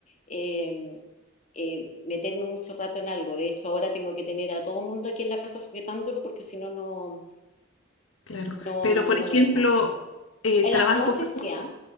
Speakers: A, on the left (about 35°); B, on the left (about 75°).
A: eh, eh, meterme mucho rato en algo. De hecho, ahora tengo que tener a todo el mundo aquí en la casa sujetándolo porque si no, no,
B: claro.
A: no,
B: Pero,
A: no,
B: por
A: no
B: ejemplo,
A: me deja.
B: eh,
A: En
B: trabajos,
A: las noches
B: ¿te gu-
A: ya,